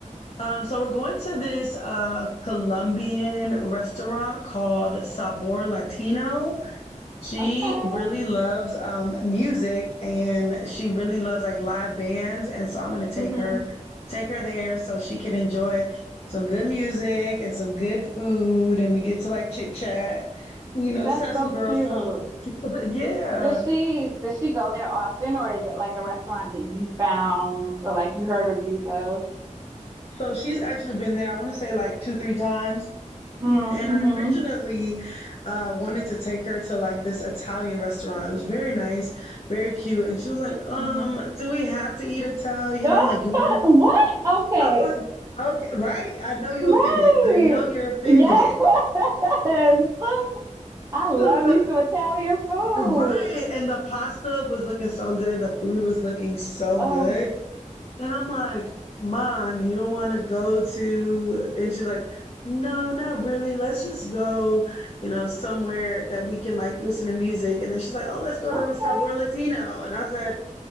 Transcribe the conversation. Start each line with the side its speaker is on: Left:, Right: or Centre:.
Left: Um, so we're going to this uh Colombian restaurant called Sabor Latino. She
Right: Okay.
Left: really loves um, music and she really loves like live bands. And so I'm gonna take
Right: hmm
Left: her, take her there so she can enjoy some good music and some good food and we get to like chit chat, you know,
Right: That's
Left: just have
Right: so
Left: some girls
Right: cute.
Left: time. <laughs> Yeah.
Right: Does she does she go there often or is it like a restaurant that you found or like you heard reviews of?
Left: So she's actually been there, I want to say like two, three times.
Right: Mm-hmm.
Left: And I originally uh, wanted to take her to like this Italian restaurant. It was very nice, very cute. And she was like, um,
Right: Mm-hmm.
Left: do we have to eat Italian?
Right: <laughs>
Left: I'm like, you
Right: What? Okay.
Left: I'm like, okay, right? I know you
Right: Right.
Left: offended. I know you're offended.
Right: Yes. <laughs> I love
Left: <laughs>
Right: me some Italian food.
Left: Right. And the pasta was looking so good. The food was looking so
Right: Oh,
Left: good. And I'm like, Mom, you don't want to go to. And she's like, No, not really. Let's just go, you know, somewhere that we can like listen to music. And then she's like, Oh, let's go to
Right: okay.
Left: Sabor Latino. And I said,